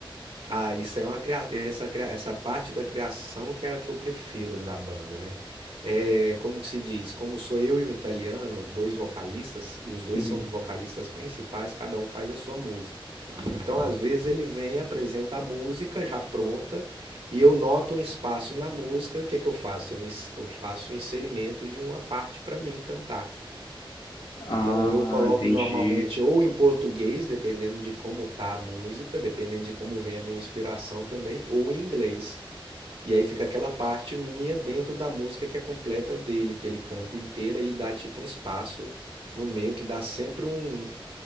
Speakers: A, on the right; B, on the left.
A: Ah, isso é uma cria... essa, cria- essa parte da criação que é a que eu prefiro da banda, né? É, como que se diz? Como sou eu e um italiano, dois vocalistas, e os dois
B: Uhum.
A: são vocalistas principais, cada um faz a sua música. Então, às vezes, ele vem e apresenta a música já pronta, e eu noto um espaço na música, o que que eu faço? Eu, ins- eu faço o inserimento de uma parte para mim cantar. Então
B: Ah,
A: eu coloco
B: entendi.
A: normalmente ou em português, dependendo de como tá a música, dependendo de como vem a minha inspiração também, ou em inglês. E aí fica aquela parte minha dentro da música que é completa dele, que ele canta inteira e dá tipo um espaço no meio que dá sempre um,